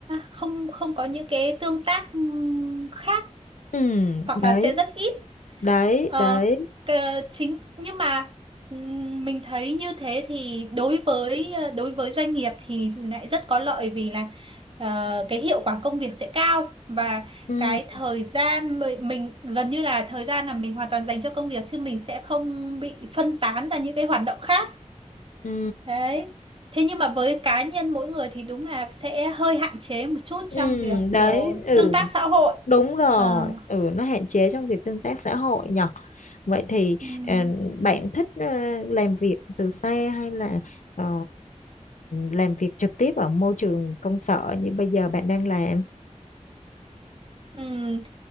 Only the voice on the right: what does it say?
không không có những cái tương tác ừm, khác
hoặc
là sẽ rất ít
Ờ,
cờ- chính nhưng mà ừm, mình thấy như thế thì đối với ờ, đối với doanh nghiệp thì lại rất có lợi vì là ờ, cái hiệu quả công việc sẽ cao và
cái thời gian mi- mình gần như là thời gian là mình hoàn toàn dành cho công việc chứ mình sẽ không bị phân tán ra những cái hoạt động khác.
Đấy. Thế nhưng mà với cá nhân mỗi người thì đúng là sẽ hơi hạn chế một chút
trong việc
kiểu
tương tác xã hội.
Ờ.
Ừm,
ừm,